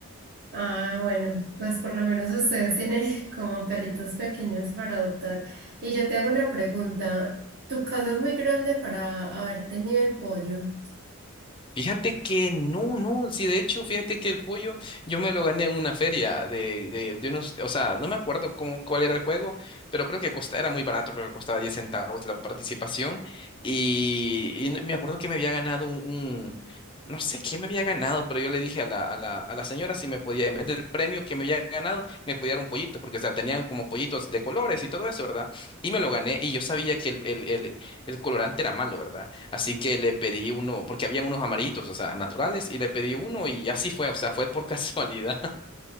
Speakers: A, on the right (about 45°); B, on the left (about 25°).
A: Ah, bueno, pues por lo menos ustedes tienen <laughs> como perritos pequeños para adoptar. Y yo te hago una pregunta. Tu casa es muy grande para haber tenido el pollo
B: Fíjate que no, no, sí, de hecho, fíjate que el pollo yo me lo gané en una feria de, de, de unos, o sea, no me acuerdo cómo, cuál era el juego, pero creo que costa, era muy barato, creo que costaba 10 centavos la participación y, y me acuerdo que me había ganado un, un- no sé qué me había ganado, pero yo le dije a la, a la, a la señora si me podía, en vez del premio que me había ganado, me podía dar un pollito, porque, o sea, tenían como pollitos de colores y todo eso, ¿verdad? Y me lo gané y yo sabía que el, el, el, el colorante era malo, ¿verdad? Así que le pedí uno, porque habían unos amarillitos, o sea, naturales, y le pedí uno y así fue, o sea, fue por <laughs> casualidad.